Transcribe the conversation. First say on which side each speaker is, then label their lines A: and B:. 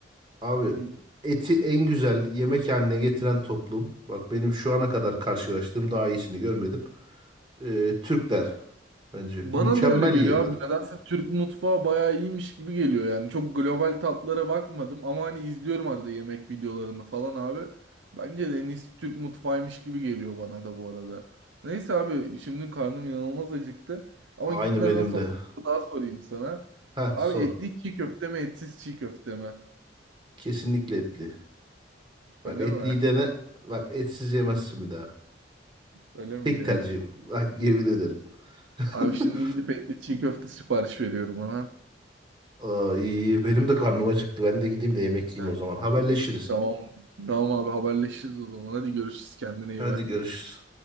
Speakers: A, on the right; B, on the right.
A: abi
B: Hmm.
A: eti en güzel yemek haline getiren toplum. Bak benim şu ana kadar karşılaştığım daha iyisini görmedim. Ee, Türkler bence
B: Bana
A: mükemmel
B: da öyle geliyor
A: yiyorlar.
B: abi. Nedense Türk mutfağı bayağı iyiymiş gibi geliyor yani. Çok global tatlara bakmadım ama hani izliyorum arada yemek videolarını falan abi. Bence de en iyisi Türk mutfağıymış gibi geliyor bana da bu arada. Neyse abi şimdi karnım inanılmaz acıktı. Ama
A: Aynı
B: gitmeden
A: benim
B: sonra
A: de.
B: daha sorayım sana.
A: Ha
B: Abi
A: sor.
B: etli çiğ köfte mi etsiz çiğ köfte mi?
A: Kesinlikle etli. Bak
B: Öyle
A: etliyi
B: mi?
A: dene. Bak etsiz yemezsin bir daha.
B: Öyle mi
A: Tek
B: diyorsun?
A: tercihim. Bak yemin ederim. <laughs>
B: Abi şimdi gidip etli çiğ köfte sipariş veriyorum hemen.
A: Ay, benim de karnım acıktı. Ben de gideyim de yemek yiyeyim
B: Ha,
A: o zaman. Haberleşiriz.
B: tamam. Tamam abi haberleşiriz o zaman. Hadi görüşürüz. Kendine iyi
A: Hadi
B: bak.
A: görüşürüz.